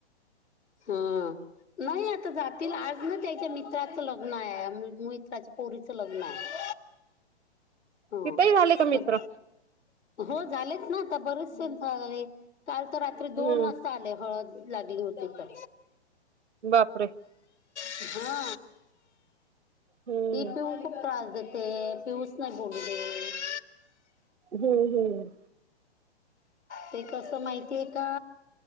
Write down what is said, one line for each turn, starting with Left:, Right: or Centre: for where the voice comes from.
Left: हां नाही आता जातील आज ना त्याच्या मित्राचं लग्न आहे मित्राच्या पोरीचं लग्न आहे. ह
Right: तिथेही झाले का
Left: तर
Right: मित्र?
Left: हो झालेच ना आता बरेच झाले काल तर रात्री दोन
Right: हम्म
Left: वाजता आले हळदला गेलो हो ते तर
Right: बापरे!
Left: हा
Right: हम्म
Left: ती पिहू खूप त्रास देते. पिऊस नाय बेलू देत.
Right: हम्म हम्म.
Left: ते कसं माहितीय का